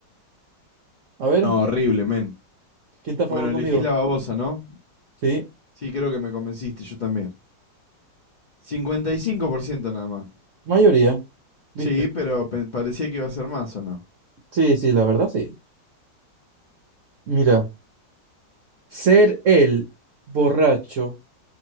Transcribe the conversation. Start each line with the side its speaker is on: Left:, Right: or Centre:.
Right: A ver,
Left: horrible, men.
Right: ¿quién está a
Left: Bueno,
Right: favor
Left: elegí
Right: conmigo?
Left: la babosa, ¿no?
Right: Sí,
Left: Sí, creo que me convenciste, yo también. 55% nada más.
Right: mayoría, ¿viste?
Left: Sí, pero pe- parecía que iba a ser más, ¿o no?
Right: Sí, sí, la verdad, sí. Mira. ¿Ser el borracho